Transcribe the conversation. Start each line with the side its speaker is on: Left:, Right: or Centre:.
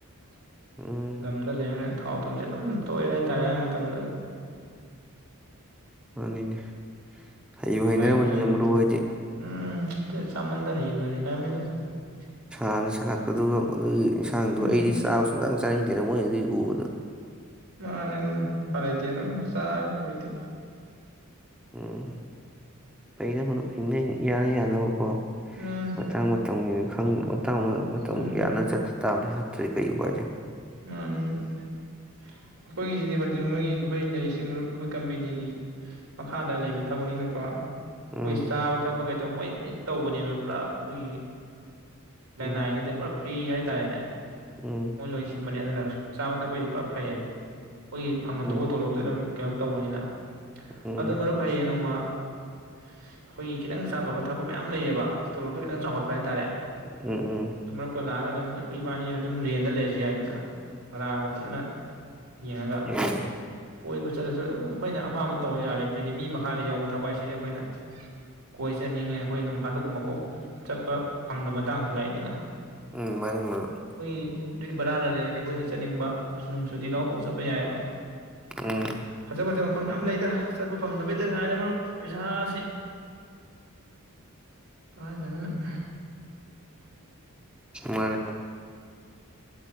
Right: <unintelligible>
Centre: ꯎꯝ
Right: ꯂꯝꯗ ꯂꯩꯕ ꯊꯥꯎ ꯇꯨꯝꯁꯦ ꯑꯗꯨꯝ ꯇꯣꯏ ꯍꯥꯏꯇꯥꯔꯦ ꯑꯌꯥꯝꯕ ꯃꯇꯝꯗ
Centre: ꯃꯥꯅꯤꯅꯦ
Right: <unintelligible>
Centre: ꯍꯩꯕꯨ ꯍꯩꯅꯔꯕꯅꯤꯗ ꯃꯔꯨꯞ ꯍꯣꯏꯗꯤ
Right: <unintelligible>
Centre: ꯍꯥꯟꯅ ꯁꯥꯒꯠꯄꯗꯨꯒ ꯃꯗꯨꯒꯤ ꯌꯦꯟꯁꯥꯡꯗꯣꯗꯤ
Right: ꯎꯝ
Centre: ꯆꯥꯕ ꯁꯨꯡꯇꯪ ꯆꯥꯅꯤꯡꯦ ꯔꯃꯣ ꯑꯦꯗꯤ ꯎꯎꯕꯗ
Right: ꯃꯥꯅꯦ ꯐꯔꯇꯅ ꯁꯔꯦ ꯍꯣꯏꯇ
Centre: ꯎꯝ ꯑꯩꯅ ꯍꯤꯡꯅ ꯌꯥꯅ ꯌꯥꯅꯅꯕꯀꯣ
Right: ꯃꯥꯅꯦ
Centre: ꯃꯇꯥꯡ ꯃꯇꯝꯒꯤ ꯃꯇꯥꯡ ꯃꯇꯝ
Right: ꯎꯝ
Centre: ꯌꯥꯝꯅ ꯆꯠꯄ ꯇꯥꯕꯅꯤ ꯇꯔꯤ ꯀꯩ ꯄꯖꯦ
Right: ꯑꯩꯈꯣꯏꯒꯤꯁꯤꯗꯤ ꯍꯧꯖꯤꯛ ꯃꯣꯏꯒꯤ ꯑꯩꯈꯣꯏ ꯂꯩꯔꯤꯁꯤ ꯃꯔꯨꯞ ꯑꯩꯈꯣꯏ ꯀꯝꯄꯦꯅꯤꯒꯤ ꯃꯈꯥꯗ ꯂꯩꯕ ꯊꯕꯛꯅꯤꯅꯀꯣ ꯑꯩꯈꯣꯏ
Centre: ꯎꯝ
Right: ꯆꯥꯕ ꯊꯛꯄ ꯀꯩꯗꯧꯕ ꯃꯣꯏ ꯂꯣꯏ ꯇꯧꯕꯅꯦꯕ ꯄꯨꯔꯞ ꯑꯩꯈꯣꯏꯒꯤ ꯂꯩꯅꯥꯏꯅꯠꯇꯦ
Centre: ꯎꯝ
Right: ꯄꯨꯔꯥ ꯐ꯭ꯔꯤ ꯍꯥꯏ ꯇꯥꯏꯅꯦ
Centre: ꯎꯝ
Right: ꯃꯅꯁ ꯑꯗꯨꯅ ꯆꯥꯕ ꯊꯛꯄꯩꯗꯤ ꯄꯨꯔ ꯐꯩꯌꯦꯕ ꯑꯩꯈꯣꯏꯒꯤ ꯐꯪꯐꯝ
Centre: ꯎꯝ
Right: ꯊꯣꯛꯄ ꯇꯣꯂꯣꯞꯇ ꯑꯗꯨꯝ ꯀꯩꯅꯣ ꯇꯧꯕꯅꯤꯅ
Centre: ꯎꯝ
Right: ꯑꯗꯨ ꯃꯔꯨꯞ ꯍꯌꯦꯡ ꯅꯣꯡꯃ ꯑꯩꯈꯣꯏꯒꯤ ꯈꯤꯇꯪ ꯁꯥꯐꯕ ꯊꯕꯛ ꯃꯌꯥꯝ ꯂꯩꯌꯦꯕ ꯇꯣꯂꯣꯞꯁꯨ ꯈꯤꯇꯪ ꯆꯥꯎꯈꯠꯄ ꯄ ꯍꯥꯏ ꯇꯥꯔꯦ
Centre: ꯎꯝ ꯎꯝ
Right: ꯑꯗꯨ ꯃꯔꯨꯞꯀ ꯂꯥꯛ ꯑꯒ ꯑꯗꯨꯝ ꯑꯩꯈꯣꯏ ꯏꯕꯥꯅꯤ ꯑꯗꯨꯝ ꯔꯦꯟꯠꯗ ꯂꯩꯔꯁꯨ ꯌꯥꯏꯗꯅ <unintelligible> ꯌꯦꯡꯉꯒ
Centre: ꯑꯦ
Right: ꯀꯣꯏꯕꯁꯨ ꯆꯠꯂꯁꯨ ꯑꯗꯨꯝ ꯑꯩꯈꯣꯏꯅ ꯑꯄꯥꯝꯕ ꯇꯧꯔ ꯌꯥꯔꯦ ꯃꯗꯤ ꯃꯤ ꯃꯈꯥꯗ ꯌꯥꯎꯕ ꯊꯕꯛ ꯍꯥꯏꯁꯤꯗꯤ ꯑꯩꯈꯣꯏꯅ ꯀꯣꯏ ꯆꯠꯅꯤꯡꯉꯦ ꯑꯩꯈꯣꯏ ꯅꯣꯡꯐꯥꯗꯣꯛꯀꯨꯝꯕ ꯀꯣꯛ ꯆꯠꯄ ꯐꯪꯗꯕ ꯃꯇꯥꯡꯁꯨ ꯂꯥꯛꯏꯗꯅ ꯑꯩꯈꯣꯏꯒꯤ
Centre: ꯎꯝ ꯃꯥꯅꯤ ꯃꯔꯨꯞ
Right: ꯕꯖꯥꯔꯗ ꯂꯩ ꯍꯥꯏꯗꯤ ꯑꯩꯈꯣꯏꯅ ꯆꯠꯅꯤꯡꯕ ꯁꯨꯅꯨꯡ ꯁꯨꯇꯤ ꯂꯥꯎꯔ ꯀꯣꯛ ꯆꯠꯄ ꯌꯥꯏꯌꯦꯕ
Centre: ꯎꯝ
Right: ꯐꯖ ꯐꯖꯕ ꯃꯐꯝ ꯌꯥꯝ ꯂꯩꯗ ꯆꯠꯄ ꯐꯪꯗꯕꯩꯗ ꯉꯥꯏꯔꯦ ꯃꯔꯨꯞ ꯄꯩꯁꯥꯁꯤ ꯄꯥꯏꯗꯝꯅꯤꯅꯥ
Centre: ꯃꯥꯅꯤ